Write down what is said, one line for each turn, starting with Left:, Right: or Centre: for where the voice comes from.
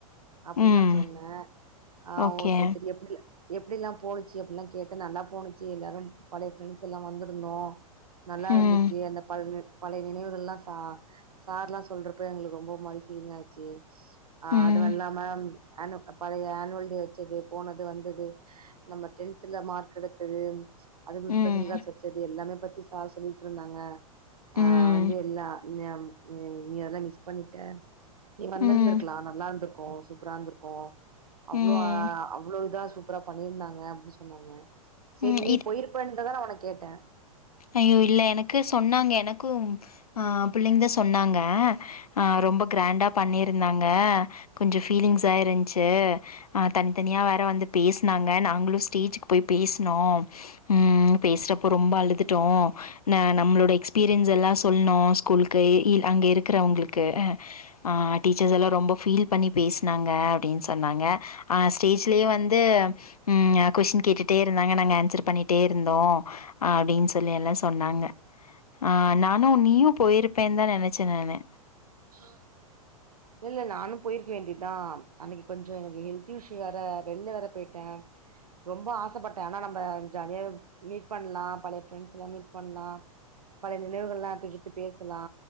Right: அப்படின்னு
Left: ம்
Right: நா சொன்னே ஆ
Left: ஓகே
Right: ஓ சரி சரி எப்டி எப்டி ல்லாம் போச்சு அப்டில்லா கேட்டு நல்லா போணுச்சு எல்லாரும் பழைய ஃப்ரெண்ட்ஸ் எல்லா வந்திருந்தோ நல்லா இருந்துச்சு
Left: ம்
Right: அந்த பழ பழைய நினைவுகள் எலாம் சா சார் எல்லா சொல்ற்ப்ப எங்களுக்கு ரொம்ப மாறி பீலிங் ஆச்சு அ
Left: ம்
Right: அதுவு இல்லாம பழைய ஆனுவல் டே வச்சது போனது வந்தது நம்ம டென்த்ல மார்க் எடுத்தது அதுக் கூட
Left: ம்
Right: ஸ்பெஷல் கிளாஸ் வச்சது எல்லாமே பத்தி சார் சொல்லிட்டு இருந்தாங்க ஆ
Left: ம்
Right: வந்து எல்லா அண்ணே நீ அதமிஸ் பண்ணிட்ட நீ வந்திருந்திருக்கலா
Left: ம்
Right: நல்லா இருந்திருக்கும் சூப்பரா இருந்திருக் கும் அவ்ளோ
Left: ம்
Right: அவ்ளோ இதா சூப்பரா பண்ணியிருந்தாங்க அப்டின்னு சொன்னாங்க சேரி
Left: ம்
Right: நீ போயிருப்பேன்ட்டுதா நா உன்ன கேட்டே
Left: ஐய்யோ இல்ல எனக்கு சொன்னாங்க எனக்கும் ஆ பிள்ளைங்கதா சொன்னாங்க அ ரொம்ப கிராண்டா பண்ணியிருந்தாங்க கொஞ்சோ ஃபீலிங்ஸா இருன்ச்சு ஆ தனித்தனியா வேற வந்து பேசுனாங்க நாங்களு ஸ்டேஜுக்கு போய் பேசுனோ உம் உம் பேசுறப்ப ரொம்ப அழுதுட்டோ ந நம்மளோட எக்ஸ்பீரியன்ஸ் எல்லா சொல்னோ ஸ்கூலுக்கு இல் அங்க இருக்கிறவங்களுக்கு அ ஆ டீச்சர்ஸ் எல்லா ரொம்ப ஃபீல் பண்ணி பேசினாங்க அப்டின்னு சொன்னாங்க ஆ ஸ்டேஜ்லயே வந்து ம் கொஸ்டின் கேட்டுட்டே இருந்தாங்க நாங்க ஆன்சர் பண்ணிட்டே இருந்தோ அப்படின் சொல்ல சொல்லி எல்லா சொன்னாங்க ஆ நானும் நீயு போயிருப்பேன் தா நெனைச்சே நானு
Right: ஹ இல்ல நானு போயிருக்க வேண்டியதுதா அன்னைக்கு கொஞ்சோ எனக்கு ஹெல்த் இஷ்யூ வேற வெளியில வேற போயிட்டே ரொம்ப ஆசைப்பட்டே ஆனா நம்ம ஜாலியா மீட் பண்லா பழைய ஃப்ரெண்ட்ஸ் எல்லா மீட் பண்லா பழைய நினைவுகள் எல்லா எடுத்து எடுத்து பேசலா